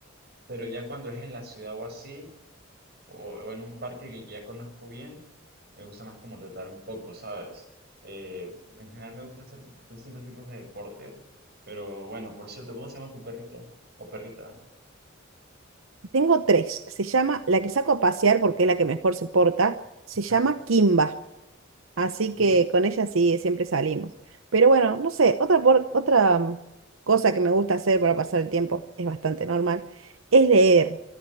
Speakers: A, on the right; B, on the right.
A: pero ya cuando es en la ciudad o así, o, o en un parque que ya conozco bien, me gusta más como tratar un poco, ¿sabes? Eh, en general me gustan hacer distintos tipos de deporte, pero bueno, por cierto, ¿cómo se llama tu perrito o perrita?
B: Tengo tres. Se llama, la que saco a pasear porque es la que mejor se porta, se
A: <laughs>
B: llama Kimba. Así
A: Mm,
B: que con ella sí, siempre salimos. Pero bueno, no sé, otra, por- otra mm, cosa que me gusta hacer para pasar el tiempo, es bastante normal, es leer.